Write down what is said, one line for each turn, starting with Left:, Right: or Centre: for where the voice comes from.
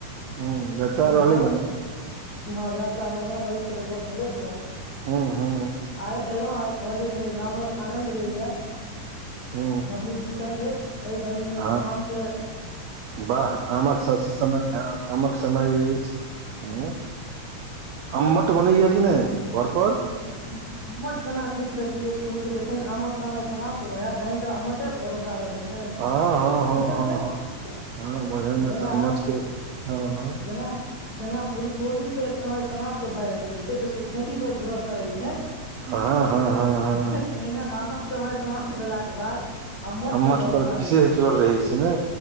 Right: ह जतरा
Left: व्यवस्था
Right: रहलै बढ़िआ।
Left: हँ यात्रा बढ़िया रहलै से त गप भेले छला
Right: ह
Left: आइ एलहु आय कहलियै कनि गामक आनंद लेल जाय।
Right: ह
Left: गर्मी प्रचंड अछि एहि गर्मी मे
Right: ह हँ
Left: आम के
Right: वाह आमक स समय ह आमक समय अछि। अम्मट बनैया कि नहि घर पर?
Left: <unintelligible> अम्मत केना छुटि सकैया कहू तऽ जखन आमक समय समाप्त भए जायत तहन तऽ अमटे के भरोसा रह तै ने
Right: हँ हँ हँ
Left: <unintelligible>
Right: हँ हँ हँ वजन मे
Left: जेना
Right: त अम्मट के हँ हँ
Left: जेना जेना फूल कोबी के समय समाप्त भऽ जाइत रहै छैय तऽ सुखती पर भरोसा रहै छैय।
Right: हँ हँ हँ हँ
Left: तहिना आमक समय समाप्त भेला के बाद अम्मट
Right: अम्मठ
Left: भरोसा
Right: पर विशेष
Left: रहै छै
Right: जोर रहै छैय ने।